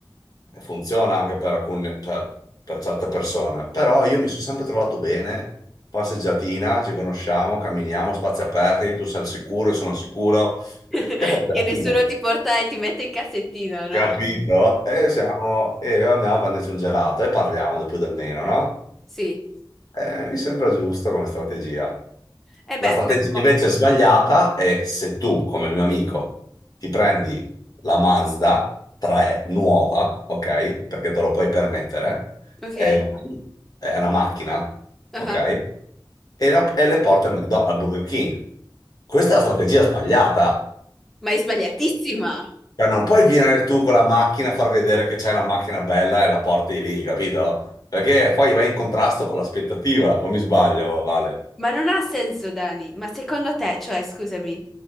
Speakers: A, on the left; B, in the centre.
A: funziona anche per alcune, cioè, per certe persone, però io mi sono sempre trovato bene, passeggiatina, ci conosciamo, camminiamo, spazi aperti, tu sei al sicuro, io sono al sicuro,
B: <laughs>
A: e poi gelatina,
B: Che nessuno ti porta e ti mette in cassettino, no?
A: capito? E siamo, e andiamo a prenderci un gelato e parliamo del più del meno, no?
B: Sì.
A: Eh, mi sembra giusta come strategia.
B: E
A: La
B: beh,
A: strategia
B: però...
A: invece sbagliata è se tu, come il mio amico, ti prendi la Mazda 3 nuova, ok? Perché te lo puoi permettere,
B: Ok.
A: e vai, è una macchina,
B: Ah.
A: ok? E, la- e le porti al McDonald's, al Burger King. Questa è la strategia sbagliata.
B: Ma è sbagliatissima!
A: Cioè, non puoi venire tu con la macchina a far vedere che c'hai la macchina bella e la porti lì, capito? Perché poi vai in contrasto con l'aspettativa, o mi sbaglio, Vale?
B: Ma non ha senso, Dani. Ma secondo te, cioè, scusami,